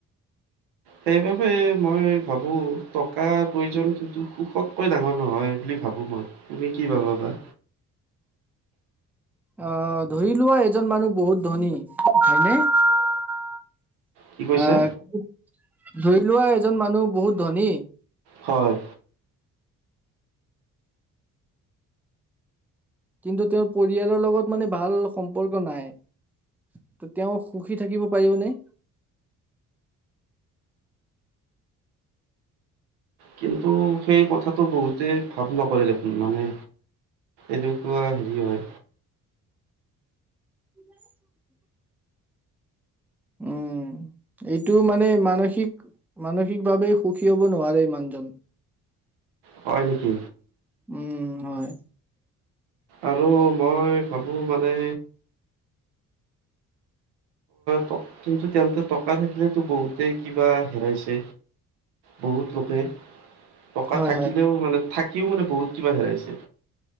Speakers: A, in the centre; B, on the right.
A: <inaudible>
B: সেইবাবে মই ভাবোঁ, টকাৰ প্ৰয়োজন কিন্তু সুখতকৈ ডাঙৰ নহয় বুলি ভাবোঁ মই। তুমি কি ভাবা বা?
A: অ' ধৰি লোৱা এজন মানুহ বহুত ধনী হয়, হয় নে?
B: কি কৈছা
A: আ' ধৰি লোৱা এজন মানুহ বহুত ধনী।
B: হয়।
A: কিন্তু তেওঁৰ পৰিয়ালৰ লগত মানে ভাল সম্পৰ্ক নাই। ত' তেওঁ সুখী থাকিব পাৰিব নে?
B: কিন্তু সেই কথাটো বহুতেই ভাব নকৰে দেখোন মানে, এনেকুৱা হেৰি হয়।
A: <unintelligible> উম'। এইটো মানে মানসিক মানসিকভাৱে সুখী হ'ব নোৱাৰে মানুহজন।
B: হয় নেকি?
A: উম' হয়।
B: আৰু মই ভাবোঁ মানে ত' কিন্তু তেওঁলে টকা থাকিলেতো বহুতেই কিবা হেৰাইছে। বহুত লোকে টকা
A: হয়,
B: থাকিলেও
A: হয়,
B: মানে থাকিও মানে বহুত কিবা হেৰাইছে।